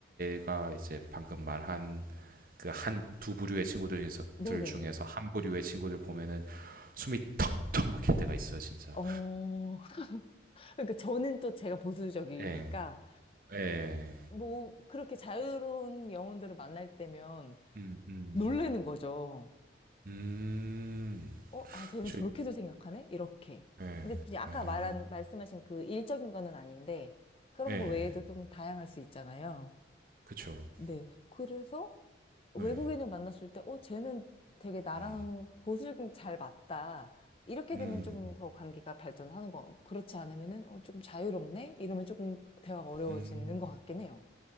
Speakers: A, on the right (about 50°); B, on the left (about 30°).
A: 제가 이제 방금 말한 그 한 두 부류의 친구들
B: 네네.
A: 중에서- 한 부류의 친구들 보면은 숨이 턱턱 막힐 때가 있어요, 진짜.
B: 어. <laughs> 그러니까 저는 또 제가 보수적이니까
A: 예. 예.
B: 뭐, 그렇게 자유로운 영혼들을 만날 때면
A: 음, 음.
B: 놀래는 거죠.
A: 음.
B: 어, 아, 쟤는
A: 그쵸.
B: 저렇게도 생각하네? 이렇게.
A: 예.
B: 근데 이제 아까
A: 아.
B: 말한, 말씀하신 그 일적인 거는 아닌데, 그런
A: 예.
B: 거 외에도 좀 다양할 수 있잖아요.
A: 그쵸.
B: 네. 그래서 외국인을
A: 네,
B: 만났을 때, 어, 쟤는 되게 나랑
A: 음.
B: 보수적인 잘 맞다. 이렇게
A: 음.
B: 되면 조금 더 관계가 발전하는 거, 같고, 그렇지 않으면은, 어, 조금 자유롭네? 이러면 조금 대화가 어려워지는
A: 음.
B: 것 같긴 해요.